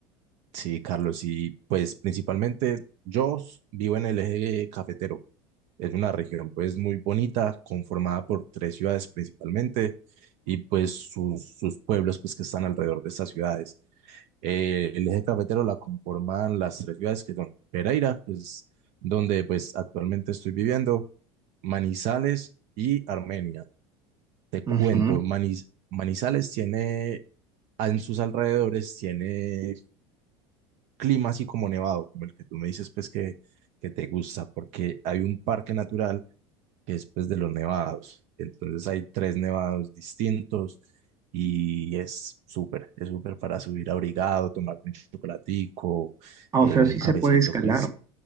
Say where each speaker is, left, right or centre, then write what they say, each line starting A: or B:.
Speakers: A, on the right (about 60°); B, on the right (about 25°).
A: Sí, Carlos, y pues principalmente yo s- vivo en el eje cafetero. Es una región pues muy bonita, conformada por tres ciudades principalmente y pues sus, sus pueblos pues que están alrededor de estas ciudades. Eh, el eje cafetero la conforman las tres ciudades que son Pereira, que es donde pues actualmente estoy viviendo, Manizales y Armenia. Te
B: Ujú.
A: cuento, Maniz- Manizales tiene, en sus alrededores tiene clima así como nevado, como el que tú me dices pues que, que te gusta, porque hay un parque natural que es pues de los nevados. Entonces hay tres nevados distintos y es súper, es súper para subir abrigado, tomar un chocolatico,
B: Ah,
A: eh,
B: o sea,
A: un
B: sí
A: cafecito,
B: se puede escalar.
A: pues